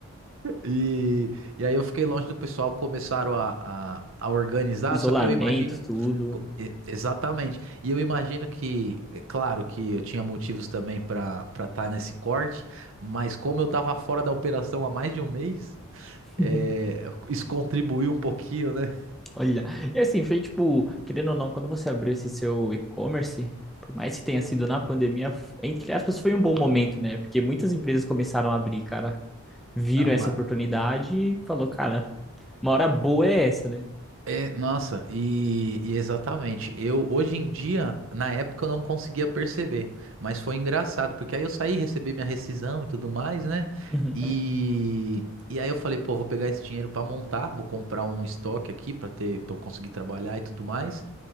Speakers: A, on the right; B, in the centre.
A: E, e aí eu fiquei longe do pessoal, começaram a, a, a organizar,
B: Isolamento,
A: só que eu imagino.
B: tudo.
A: co- e- Exatamente. E eu imagino que, é claro que eu tinha motivos também para para estar nesse corte, mas como eu estava fora da operação há mais de um mês,
B: <laughs>
A: é, isso contribuiu um pouquinho, né?
B: Olha, e assim, foi tipo, querendo ou não, quando você abriu esse seu e-commerce, por mais que tenha sido na pandemia, f- entre aspas, foi um bom momento, né? Porque muitas empresas começaram a abrir, cara, viram
A: a uma-
B: essa oportunidade e falou, cara, uma hora boa é essa, né?
A: É, nossa, e, e exatamente. Eu hoje em dia, na época, eu não conseguia perceber, mas foi engraçado, porque aí eu saí, recebi minha rescisão e tudo mais, né?
B: Uhum.
A: E, e aí eu falei, pô, vou pegar esse dinheiro pra montar, vou comprar um estoque aqui pra ter, para conseguir trabalhar e tudo mais.